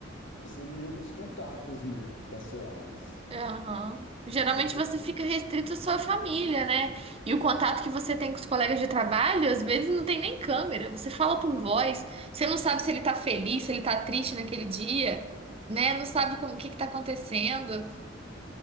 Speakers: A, on the left (about 75°); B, on the right (about 30°).
A: são menos contatos mesmo, pessoais.
B: aham.
A: né?
B: Geralmente
A: É, tu-
B: você fica restrito à sua família, né? E o contato que você tem com os colegas de trabalho, às vezes não tem nem câmera. Você fala por voz, você não sabe se ele tá feliz, se ele tá triste naquele dia, né? Não sabe como o que que tá acontecendo.